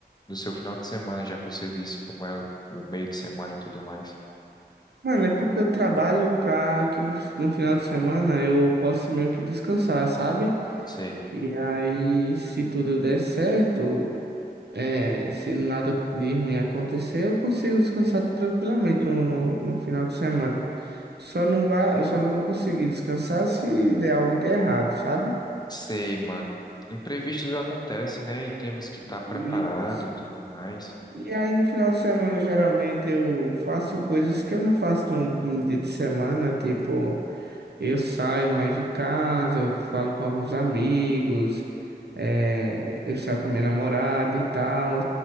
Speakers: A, on the left (about 25°); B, on the right (about 75°).
A: do seu final de semana, já que você disse como é o o meio de semana e tudo mais.
B: Mano, é porque eu trabalho pra que no, no final de semana eu possa meio que descansar, sabe?
A: Sei,
B: E aí, se tudo der certo. É, se nada de ruim acontecer, eu consigo descansar tranquilamente no, no, no final de semana. Só não vá, eu só não vou conseguir descansar se der algo de errado, sabe?
A: sei, mano. Imprevistos acontecem, né? E temos que estar preparado
B: E,
A: e tudo mais.
B: e aí no final de semana, geralmente, eu faço coisas que eu não faço no, no dia de semana, tipo, eu saio mais de casa, eu falo com alguns amigos, é, eu saio com a minha namorada e tal.